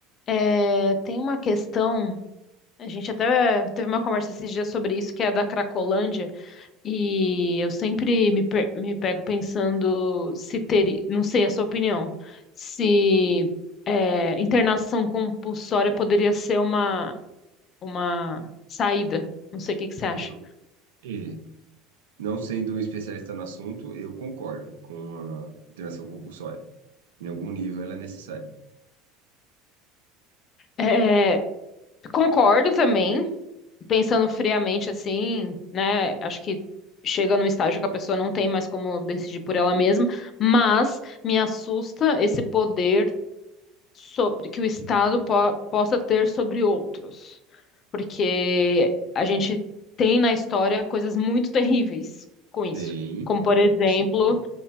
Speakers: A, on the left; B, on the right.
A: É, tem uma questão, a gente até teve uma conversa esses dias sobre isso, que é a da Cracolândia, e eu sempre me, pe- me pego pensando se teria, não sei a sua opinião, se é, internação compulsória poderia ser uma, uma saída. Não sei o que que você acha.
B: Eu- e, não sendo um especialista no assunto, eu concordo com a interação compulsória. Em algum nível ela é necessária.
A: É, concordo também pensando friamente assim, né? Acho que chega num estágio que a pessoa não tem mais como decidir por ela mesma, mas me assusta esse poder sobre que o Estado po- possa ter sobre outros, porque a gente tem na história coisas muito terríveis com
B: Sim,
A: isso. Como, por exemplo,
B: sim.